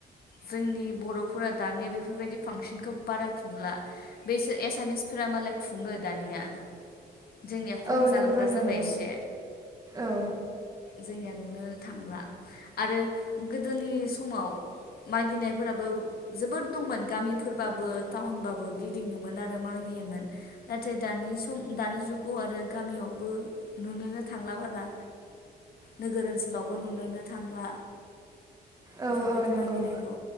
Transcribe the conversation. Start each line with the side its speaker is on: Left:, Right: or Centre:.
Left: जोंनि बर'फोरा दानिया बेफोरबायदि फांसनखौ बारा खुंला बैसोर एसामिसफोरा मालाय खुङो दानिया। जोंनिया खम
Right: औ
Left: जालांग्रा
Right: नंगौ नंगौ
Left: जाबाय एसे
Right: औ
Left: जोंनिया नुनो थांला आरो गोदोनि समाव मागिनायफोराबो जोबोोर दंमोन गामिफोरबाबो टाउनबाबो गिदिङोमोन आरो मागियोमोन नाथाय दानि सम दानि जुगाव आरो गामियावबो नुनोनो थांला बारा नोगोर ओनसोलावबो नुनोनो थांला
Right: औ
Left: बेफोरबायदि
Right: औ नंगौ
Left: मागिनायखौ